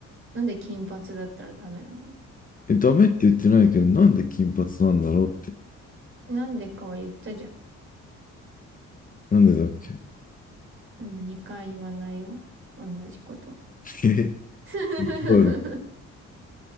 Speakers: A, on the right (about 45°); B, on the left (about 25°).
A: なんで金髪だったらダメなの
B: え、ダメって言ってないけど、なんで金髪なんだろうって。
A: なんでかは言ったじゃん。
B: なんでだっけ
A: でも2回言わないよ。同じこと。
B: <laughs> え、意
A: <laughs>
B: 地悪。